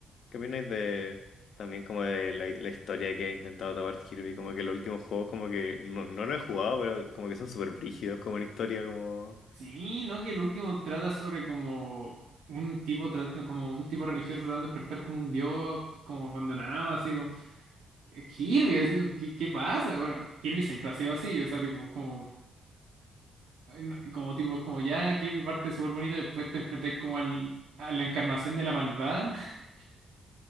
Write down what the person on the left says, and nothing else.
¿Qué opináis de también como de la, la historia que ha intentado tomar Kirby? Como que los últimos juegos como que no, no lo he jugado, pero como que son súper brígidos como en historia, como... O